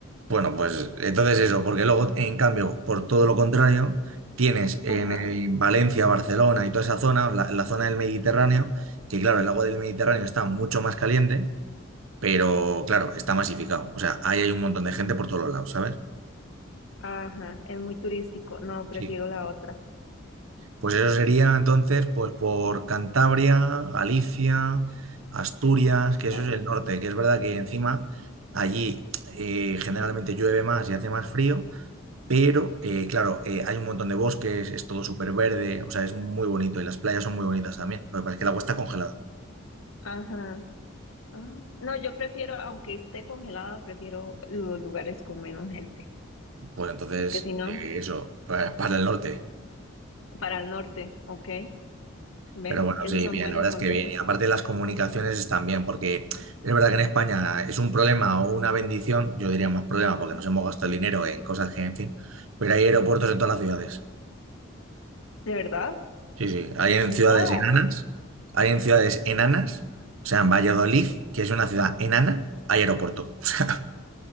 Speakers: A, on the right; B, on the left.
A: Bueno, pues entonces eso, porque luego, en cambio, por todo lo contrario, tienes en
B: Ajá,
A: eh, Valencia, Barcelona y toda esa zona, la, la zona del Mediterráneo, que claro, el agua del Mediterráneo está mucho más caliente, pero claro, está masificado. O sea, ahí hay un montón de gente por todos los lados, ¿sabes?
B: ajá, es muy turístico. No, prefiero
A: Sí.
B: la otra,
A: Pues eso sería entonces, pues por Cantabria, Galicia, Asturias, que eso
B: Galicia.
A: es el norte, que es verdad que encima allí eh, generalmente llueve más y hace más frío, pero eh, claro, eh, hay un montón de bosques, es todo súper verde, o sea, es muy bonito y las playas son muy bonitas también. Lo que pasa es que el agua está congelada.
B: Ajá. Ah, no, yo prefiero, aunque esté congelada, prefiero los lugares con menos gente,
A: Pues entonces,
B: porque si no,
A: eh, eso, para, para el norte.
B: para el norte, ¿ok? ¿Ve?
A: Pero bueno,
B: Esos
A: sí,
B: son
A: bien,
B: buenos
A: la verdad
B: consejos.
A: es que bien. Y aparte las comunicaciones están bien, porque es verdad que en España es un problema o una bendición, yo diría más problema, porque nos hemos gastado el dinero en cosas que, en fin, pero hay aeropuertos en todas las ciudades.
B: ¿De verdad?
A: Sí, sí, hay en
B: En
A: ciudades
B: todas.
A: enanas, hay en ciudades enanas, o sea, en Valladolid, que es una ciudad enana, hay aeropuerto. <laughs>